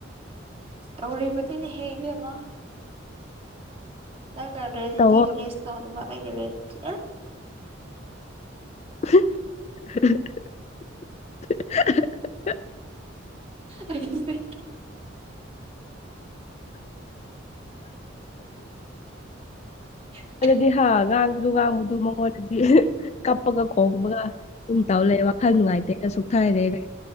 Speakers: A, on the right (about 30°); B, on the left (about 35°).
A: ꯇꯧꯔꯤꯕꯅꯤꯅ ꯍꯦꯛ ꯏꯕꯦꯝꯃ ꯅꯪꯅ ꯔꯤꯌꯦꯂꯤꯇꯤ
B: ꯇꯧꯋꯣ
A: ꯐꯦꯁ ꯇꯧꯅꯕ ꯑꯩꯅ ꯇꯤ
B: <inaudible>
A: ꯑꯩꯁꯦ ꯁꯤ <inaudible>
B: ꯑꯗꯨꯗꯤ ꯍꯥ ꯉꯥꯡꯕꯗꯨ ꯉꯥꯡꯕꯗꯨ ꯃꯉꯣꯟꯗꯗꯤ ꯀꯞꯄꯒ ꯈꯣꯡꯕꯒ ꯑꯗꯨꯝ ꯇꯥꯎ ꯂꯩꯕ ꯋꯥꯈꯜ ꯅꯨꯡꯉꯥꯏꯇꯦꯒ ꯁꯨꯛꯊꯥꯏꯔꯦꯒ